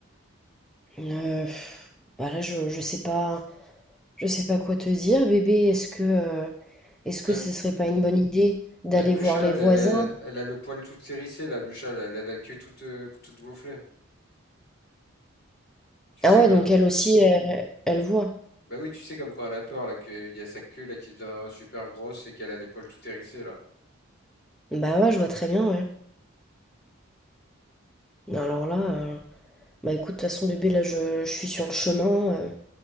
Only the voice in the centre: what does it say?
Euh, pff, bah là, je, je sais pas, je sais pas quoi te dire, bébé. Est-ce que... euh, Est-ce
que ce serait pas une bonne idée d'aller
voir
les
voisins?
Ah
ouais,
donc elle aussi, elle, elle voit.
Bah ouais, je vois très bien, ouais. Alors là, euh, bah écoute, de toute façon, bébé, là, je, je suis sur le chemin. euh,